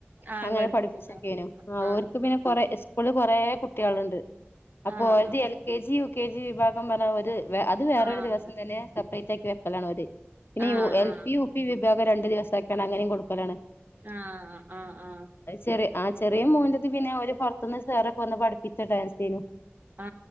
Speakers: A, on the right; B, on the left.
A: ആഹ്
B: അങ്ങനെ
A: പഠിപ്പിച്ചിണ്ടോ?
B: പഠിപ്പിച്ചേക്കെനു
A: ആഹ്
B: ഓർക്കു പിന്നെ
A: ആഹ്
B: കൊറെ സ്കൂളി കൊറേ കുട്ടികളുണ്ട് അപ്പൊ
A: ആഹ്
B: അത് L K G U K G വിഭാ <unintelligible> വ് അത് വേറൊരു
A: ആഹ്
B: ദിവസം തന്നെയാ സെപ്പറേറ്റ് ആക്കി വെ <unintelligible> പിന്നെ
A: ആഹ്
B: യു എൽ
A: ആഹ്
B: പി യൂ പി ഉപയോഗം രണ്ട് ദിവസം ആക്കിയത് കൊണ്ട് അങ്ങനെയും കൊടുക്കല്ലാണ്
A: ആ ആ ആ
B: ചെറിയ ആ ചെറിയ മോന്റത് പിന്നെ അവര് പൊറത്തുന്നു സാറൊക്കെ വന്ന് പഠിപ്പിച്ച ഡാൻസ് അയീനു
A: ആ